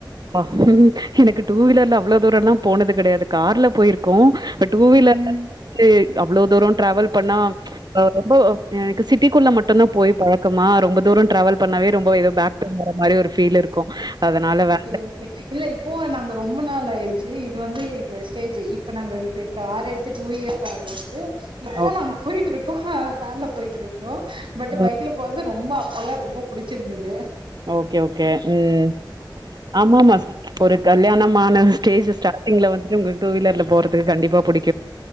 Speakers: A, on the right; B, on the right.
A: ஆஹ் உம் எனக்கு டூ வீலர்ல அவ்ளோ தூரம் எல்லாம் போனது கெடையாது கார்ல போயிருக்கோம் பட் டூ வீலர்ல
B: ம் ம்
A: வந்து அவ்ளோ தூரம் டிராவல் பண்ணா ஒ ரொம்போ எனக்கு சிட்டிக்குள்ள மட்டுந்தான் போய் பழக்கமா ரொம்ப தூரம் டிராவல் பண்ணாவே ரொம்ப எதோ பேக் பெயின் வர மாரி ஒரு ஃபீல்லு இருக்கும் அதனால வே
B: சரி ஓகே இல்ல இப்போவு நாங்க ரொம்ப நாள் ஆயிடுச்சி இது வந்து எங்க ஸ்டேஜி இப்ப நாங்க எங்களுடைய கார் எடுத்து டூ இயர்ஸ் ஆகுது இப்போ
A: ஓகே.
B: நாங்க போயிட்டு இருக்கோம் ஆ கார்ல போயிட்டு இருக்கறோம் பட்
A: ம்.
B: பைக்ல போறது ரொம்ப அப்பல்லாம் ரொம்ப புடிச்சிருந்தது
A: ஓகே ஓகே ம் ஆமா ஆமா ஒரு கல்யாணம் மான ஸ்டேஜி ஸ்டார்டிங்ல வந்துட்டு உங்களுக் டூவீலர்ல போறதுக்கு கண்டிப்பா புடி